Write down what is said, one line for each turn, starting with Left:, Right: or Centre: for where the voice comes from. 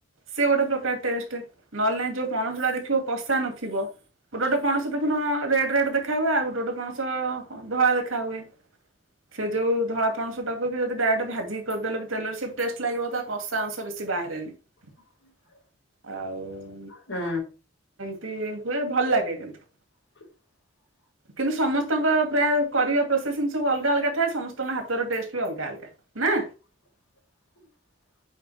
Right: ସେ ଗୋଟେ ପ୍ରକାର ଟେଷ୍ଟ୍ ନହେଲେ ନାଇ ଯୋଉ ପଣସ ଗୁଡା ଦେଖିବ କଷା ନଥିବ ଗୋଟେ ଗୋଟେ ପଣସତ ସମ୍ପୂର୍ଣ୍ଣ ରେଡ୍ ରେଡ୍ ଦେଖା ହୁଏ ଆଉ ଗୋଟେ ଗୋଟେ ପଣସ ଅ ଧଳା ଦେଖା ହୁଏ। ସେ ଯୋଉ ଧଳା ପଣସଟାକୁ ବି ଯଦି ଡାଇରେକ୍ଟ୍ ଭାଜି କରିଦେଲେ ବି ତେଲରେ ସେ ବି ଟେଷ୍ଟ୍ ଲାଗିବ ତା କଷା ଅଂଶ ବେଶୀ ବେଶୀ ବାହାରେନି।
Left: ହୁଁ।
Right: ଆଉ
Left: ହୁଁ।
Right: ଏମିତି ହୁଏ ଭଲ ଲାଗେ କିନ୍ତୁ।
Left: <inaudible>
Right: କିନ୍ତୁ ସମସ୍ତଙ୍କ ପ୍ରାୟ କରିବା ପ୍ରୋସେସିଙ୍ଗ୍ ସବୁ ଅଲଗା ଅଲଗା ଥାଏ ସମସ୍ତଙ୍କ ହାତର ଟେଷ୍ଟ୍ ବି ଅଲଗା ଅଲଗା ନାଁ?
Left: <inaudible>